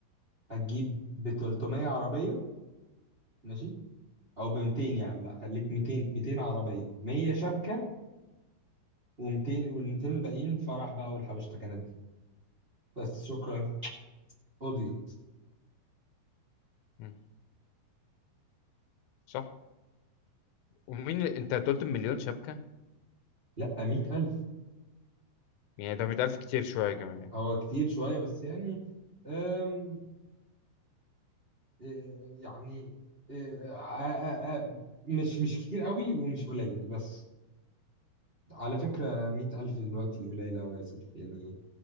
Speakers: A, on the right; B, on the left.
A: هتجيب ب 300 عربيه ماشي او ب 200 يا عم لا خليك 200 200 عربيه 100 شبكه و200 وال200 الباقيين فرح بقى والحبشتكنات دي بس شكرا قضيت
B: مم. صح ومين اللي- انت قلت مليون شبكة
A: لا مية ألف
B: يعني ده 100000 كتير شوية كمان يعني
A: هو كتير شوية بس يعني أم إيه، يعني إيه، آ- آ- آ- مش مش كتير قوي ومش قليل بس على فكرة مية ألف دلوقتي قليل أوي يا سيف يعني